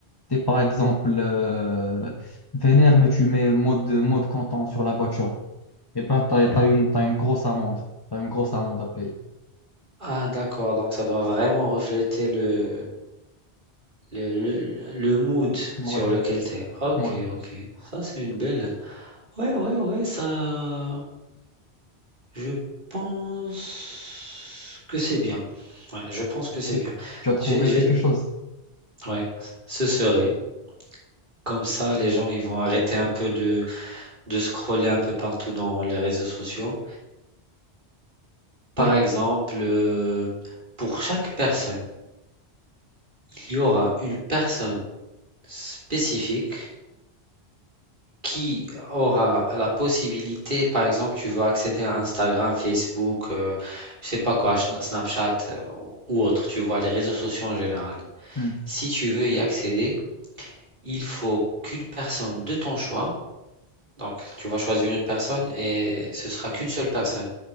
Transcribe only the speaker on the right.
Ah d'accord, donc ça doit vraiment refléter le, le, le, le mood
sur lequel t'es. Ok,
ok, ça c'est une belle... Ouais, ouais, ouais, ça... Je pense que c'est bien. Ouais, je pense que c'est
bien.
Je vais, je
vais-
ouais, ce serait. Comme ça, les gens ils vont arrêter un peu de, de scroller un peu partout dans les réseaux sociaux. Par
exemple, euh, pour chaque personne, il y aura une personne spécifique qui aura la possibilité, par exemple, tu veux accéder à Instagram, Facebook, euh, je sais pas quoi, Schna- Snapchat euh, ou autre, tu vois, les réseaux sociaux en général.
Si tu veux y accéder, il faut qu'une personne de ton choix, donc tu vas choisir une personne et ce sera qu'une seule personne,